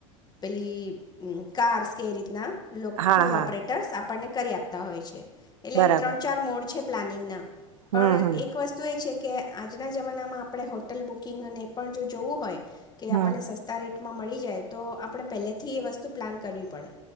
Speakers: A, on the left; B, on the right.
A: પેલી હ કારસ કે રીતના. લો
B: હા
A: ટૂર
B: હા
A: ઓપરેટર્સ આપ આપણને કરી આપતા હોય છે. એટલે
B: બરાબર
A: ત્રણ ચાર મોડ છે. પ્લાનિંગના. પણ
B: હમ હમ
A: એક વસ્તુ એ છે. કે આજના જમાનામાં આપણે હોટલ બુકિંગ અને પણ જો જોવું હોય. કે આપણે
B: હમ
A: સસ્તા રેટ મળી જાય તો આપણે પહેલેથી એ વસ્તુ પ્લાન કરવી પડે.